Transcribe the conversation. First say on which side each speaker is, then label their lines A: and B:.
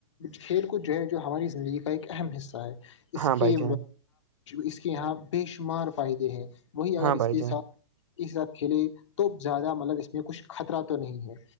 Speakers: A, on the left; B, on the right.
A: کھیل کود جو ہے جو ہماری زندگی کا ایک اہم حصہ ہے اس
B: ہاں
A: کے
B: بھائی جان
A: اس کے یہاں بے شمار فائدے ہیں وہی اگر
B: ہاں بھائی
A: اس کے
B: جان
A: ساتھ اس سات کھیلے تو زیادہ مطلب اس میں کچھ خطرہ تو نہیں ہے